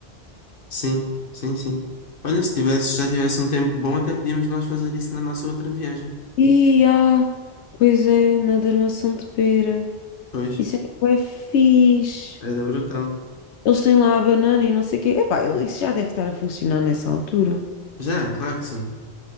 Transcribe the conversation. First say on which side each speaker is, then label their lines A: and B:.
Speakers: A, on the left (about 55°); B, on the left (about 85°).
A: Sim, sim, sim. Olha, se tivesse, já tivesse um tempo bom, até podíamos nós fazer isso na nossa outra viagem.
B: E ah, pois é, na armação de pera.
A: Pois,
B: Isso é que é fixe.
A: era brutal.
B: Eles têm lá a banana e não sei o quê. Epá, ele- isso já deve estar a funcionar nessa altura.
A: Já, claro que sim.